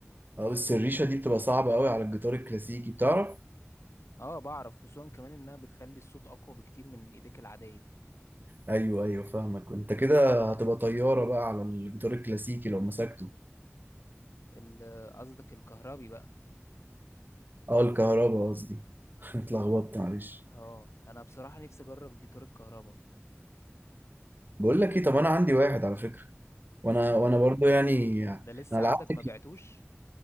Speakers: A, on the right; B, on the left.
A: اه بس الريشة دي بتبقى صعبة قوي على الجيتار الكلاسيكي بتعرف
B: اه بعرف خصوصا كمان انها بتخلي الصوت اقوى بكتير من ايديك العادية
A: ايوه ايوه فاهمك انت كده هتبقى طيارة بقى على الجيتار الكلاسيكي لو مسكته
B: ال- قصدك الكهربي بقى
A: اه الكهربا قصدي <laughs> اتلخبطت معلش
B: اه انا بصراحة نفسي اجرب الجيتار الكهربا
A: بقول لك ايه طب انا عندي واحد على فكرة وانا
B: ل-
A: وانا برضو يعني
B: ده لسه
A: انا لعبت
B: عندك
A: كي-
B: ما بعتوش